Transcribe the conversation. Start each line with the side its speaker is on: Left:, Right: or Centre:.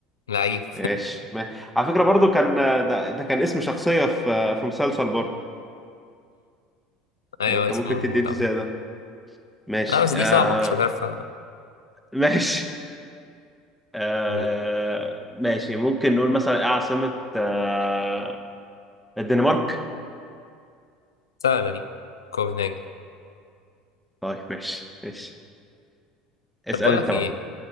Left: لعيب
Centre: ماشي ما- على فكرة برضو كان ده, ده كان اسم شخصية في في مسلسل برضو
Left: ايوه
Centre: يعني كان
Left: اسمه
Centre: ممكن
Left: موجود
Centre: تدي انت
Left: عم
Centre: زي ده ماشي
Left: لا بس
Centre: آه
Left: دي صعبة مكنتش هتعرف
Centre: <laughs> ماشي آه،
Left: اقول
Centre: ماشي ممكن نقول مثلا إيه عاصمة آه، الدنمارك
Left: سهلة دي كوبنهاجن
Centre: طيب ماشي ماشي اسأل
Left: طب بقول
Centre: انت
Left: لك
Centre: بقى
Left: ايه